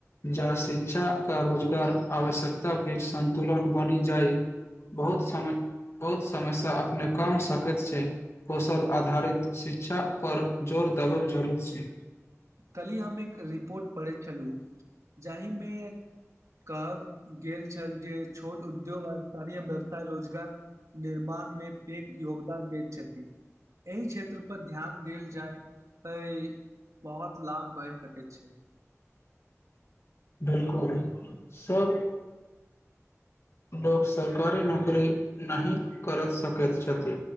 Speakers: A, on the left (about 55°); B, on the right (about 75°).
A: ज शिक्षा का रोजगार आवश्यकता बीच सन्तुलन बनि जाय, बहुत समय बहुत समस्या अपने कम सकैत छै, कौशल आधारित शिक्षा पर जोर देबब जरूर छै।
B: कल्हि हम एक रिपोर्ट पढ़ैत छलु जाहिमे कहक गेल छल जे छोट उद्योग आ स्थानीय व्यवसाय रोजगार निर्माण मे पैघ योगदान दे छथी। एहि क्षेत्र पर ध्यान देल जाय तै बहोत लाभ बैढ़ सकैत छै।
A: बिलकुल सब लोक सरकारी नौकरी नहि करत सकत छथि,